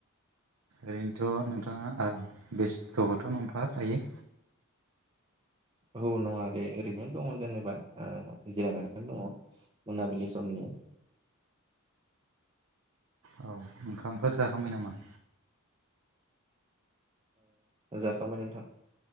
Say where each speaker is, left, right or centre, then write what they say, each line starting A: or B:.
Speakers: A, on the right (about 75°); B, on the right (about 25°).
A: ओरैनोथ' नोंथाङा बेस्थ'खौथ' नोंथां दायो।
B: औ नङा दे ओरैनो दङ जेनेबा जिरायनानैनो दङ मोनाबिलि समनि
A: औ ओंखामफोर जाखांबाय नामा।
B: जाखांबाय नोंथां